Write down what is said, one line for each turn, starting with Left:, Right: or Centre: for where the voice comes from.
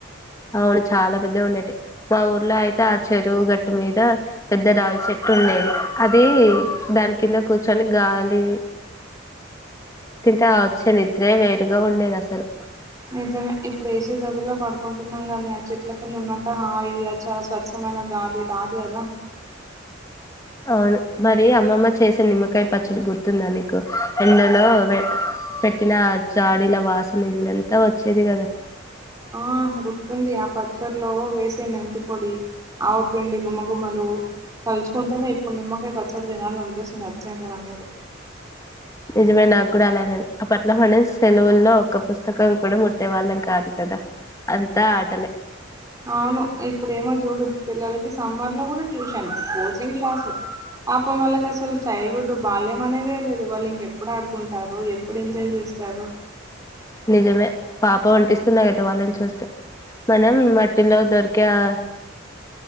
Left: అవును చాలా పెద్ద ఉండేటి మా ఊర్లో అయితే ఆ చెరువు గట్టు మీద పెద్ద రావి చెట్టు ఉండేది అది దాని కింద కూర్చొని గాలి తింటే ఆ వచ్చే నిద్రే వేరుగా ఉండేది అసలు
Right: నిజమే ఇప్పుడు ఏసీ గదిలో పడు కుంటున్నాం గాని ఆ చెట్ల కింద ఉన్నంత హాయి అ చా స్వచ్ఛమైన గాలి రాదు కదా
Left: అవును మరి అమ్మమ్మ చేసే నిమ్మకాయ పచ్చడి గుర్తుందా నీకు ఎండలో వే పెట్టిన జాడీల వాసన ఇల్లంతా వచ్చేది కదా
Right: ఆ గుర్తుంది ఆ పచ్చర్లో వేసే మెంతి పొడి ఆవ పిండి గుమ గుమలు తలుచుకుంటేనే ఇప్పుడు నిమ్మకాయ పచ్చడి తినాలి అనిపిస్తుంది అర్జెంట్గా నాకైతే
Left: నిజమే నాకు కూడా అలానే అప్పట్లో మనం సెలవుల్లో ఒక పుస్తకం కూడా ముట్టే వాళ్ళం కాదు కదా అంతా ఆటలే
Right: అవును ఇప్పుడేమో చూడు పిల్లలకి సమ్మర్ లో కూడా ట్యూషన్ కోచింగ్ క్లాసులు పాపం వాళ్ళకి అసలు చైల్డ్ హుడ్ బాల్యం అనేదే లేదు వాళ్ళు ఇంక ఎప్పుడు ఆడుకుంటు టారు ఎప్పుడు ఎంజాయ్ చేస్తారు
Left: నిజమే పాపమనిపిస్తున్నది వాళ్లను చూస్తే. మనం మట్టిలో దొరికే ఆ